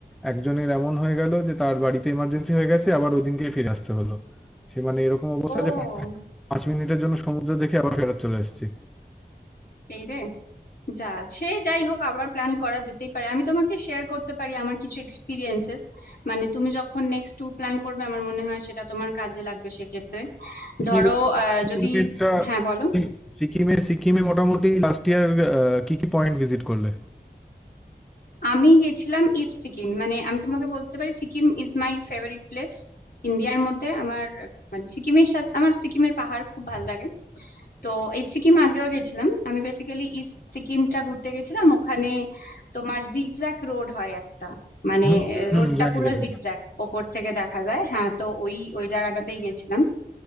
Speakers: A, in the centre; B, on the left.
A: একজনের এমন হয়ে গেল যে তার বাড়িতে ইমার্জেন্সি হয়ে গেছে আবার ওই দিনকে ফিরে আসতে হলো সে মানে এরকম অবস্থা
B: ও
A: যে পাঁচ মিনিটের জন্য সমুদ্র দেখে আবার ফেরত চলে এসেছি
B: এই রে যা সে যাই হোক আবার প্ল্যান করা যেতেই পারে আমি তোমাকে শেয়ার করতে পারি আমার কিছু এক্সপিরিয়েন্সেস মানে তুমি যখন নেক্সট ট্যুর প্ল্যান করবে আমার মনে হয় সেটা তোমার কাজে লাগবে সেক্ষেত্রে
A: সিকিম
B: ধরো আহ,
A: সিকিমেরটা
B: যদি হ্যাঁ বলো
A: সিকিম- সিকিমে সিকিমে মোটামুটি লাস্ট ইয়ার কি কি পয়েন্ট ভিজিট করলে
B: আমি গেছিলাম ইস্ট সিকিম মানে আমি তোমাকে বলতে পারি Sikkim is my favourite place ইন্ডিয়ার মধ্যে আমার আহ, মানে সিকিমের সাথে আমার সিকিমের পাহাড় খুব ভালো লাগে তো এই সিকিম আগেও গেছিলাম আমি বেসিক্যালি ইস্ট সিকিমটা ঘুরতে গেছিলাম ওখানে তোমার জিগজ্যাগ রোড হয় একটা মানে
A: হুম হুম হুম,
B: রোডটা
A: জানি
B: পুরো
A: জানি
B: জিগজ্যাগ ওপর থেকে দেখা যায় হ্যাঁ তো ওই ওই জায়গাটাতেই গেছিলাম